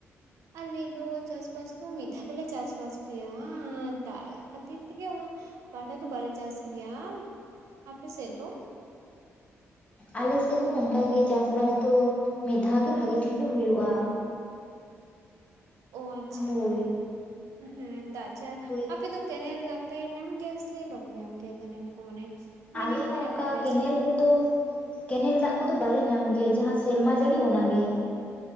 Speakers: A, on the right; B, on the left.
A: ᱟᱞᱮ ᱫᱚ ᱪᱟᱥᱵᱟᱥ ᱫᱚ ᱢᱤᱫ ᱫᱷᱟᱣ ᱜᱮᱞᱮ ᱪᱟᱥᱵᱟᱥ ᱜᱮᱭᱟ ᱟᱨ ᱫᱟᱜᱟᱜ ᱠᱷᱟᱹᱛᱤᱨ ᱛᱮᱜᱮ ᱩᱱᱟᱹᱜ ᱵᱟᱨ ᱫᱷᱟᱣ ᱫᱚ ᱵᱟᱞᱮ ᱪᱟᱥ ᱜᱮᱭᱟ, ᱟᱯᱮ ᱥᱮᱫ ᱫᱚ?
B: ᱟᱞᱮ ᱥᱮᱫ ᱦᱚᱸ ᱚᱱᱠᱟᱜᱮ ᱪᱟᱥᱵᱟᱥ ᱫᱚ ᱢᱤᱫ ᱫᱷᱟᱣᱜᱮ ᱵᱷᱟᱜᱮ ᱴᱷᱤᱠ ᱫᱚ ᱦᱩᱭᱩᱜᱼᱟ᱾
A: ᱚ ᱟᱪᱪᱷᱟ
B: ᱦᱳᱭ
A: ᱦᱮᱸ, ᱫᱟᱜ ᱪᱷᱟ
B: ᱦᱳᱭ
A: ᱟᱯᱮ ᱫᱚ ᱠᱮᱱᱮᱞ ᱫᱟᱜ ᱯᱮ ᱧᱟᱢ ᱜᱮᱭᱟ ᱥᱮ ᱵᱟᱯᱮ ᱧᱟᱢ ᱜᱮᱭᱟ ᱠᱮᱱᱮ ᱠᱚ ᱢᱟᱱᱮ ᱢᱤᱱᱤ
B: ᱟᱞᱮ
A: ᱠᱚ
B: ᱦᱚᱸ
A: ᱦᱮᱱᱟᱜ
B: ᱚᱱᱠᱟ
A: ᱛᱟᱯᱮᱭᱟ
B: ᱠᱮᱱᱮᱞ
A: ᱥᱮ ᱵᱟᱝ?
B: ᱠᱚᱫᱚ, ᱠᱮᱱᱮᱞ ᱫᱟᱜ ᱠᱚᱫᱚ ᱵᱟᱞᱮ ᱧᱟᱢ ᱜᱮᱭᱟ ᱡᱟᱦᱟᱸ ᱥᱮᱨᱢᱟ ᱡᱟᱹᱲᱤ ᱚᱱᱟᱜ ᱜᱮ᱾